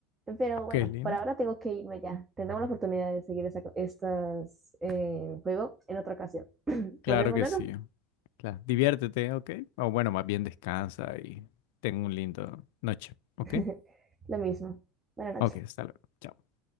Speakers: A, on the right; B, on the left.
A: Pero
B: ok,
A: bueno,
B: Lina.
A: por ahora tengo que irme ya. Tendremos la oportunidad de seguir esta, estas, eh, juego en otra ocasión. <clears throat>
B: Claro
A: Nos vemos
B: que
A: luego.
B: sí. Claro. Diviértete, ¿ok? O bueno, más bien descansa y ten un lindo noche, ¿ok?
A: <laughs> Lo mismo. Buenas noches.
B: Ok, hasta luego. Chao.